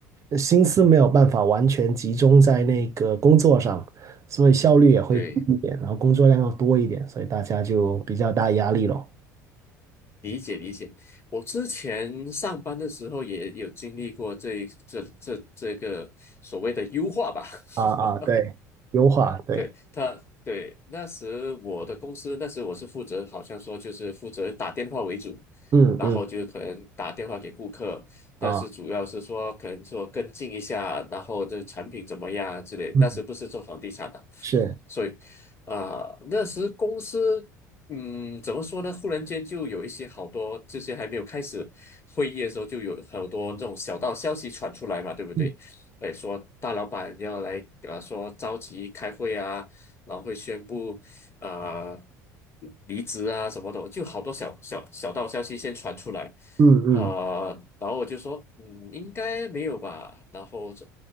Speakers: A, on the right; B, on the left.
A: 心思没有办法完全集中在那个工作上，所以效率也会低一点，
B: 对。
A: 然后工作量要多一点，所以大家就比较大压力咯。
B: 理解理解，我之前上班的时候也有经历过这这这这个所谓的优化吧，
A: 啊啊，
B: <laughs>
A: 对，优化，对，
B: 对他，对那时我的公司，那时我是负责，好像说就是负责打电话为主，
A: 嗯嗯
B: 然后就可能打电话给顾客，
A: 啊，
B: 但是主要是说可能说跟进一下，然后这产品怎么样之类。
A: 嗯，
B: 那时不是做房地产的，
A: 是。
B: 所以啊、呃那时公司嗯怎么说呢？忽然间就有一些好多这些还没有开始会议的时候，就有好多这种小道消息传出来嘛，对不对？
A: 嗯
B: 哎，说大老板要来，呃，说召集开会啊，然后会宣布，呃，离职啊什么的，就好多小小小道消息先传出来，
A: 嗯嗯，
B: 啊，然后我就说，嗯，应该没有吧。然后这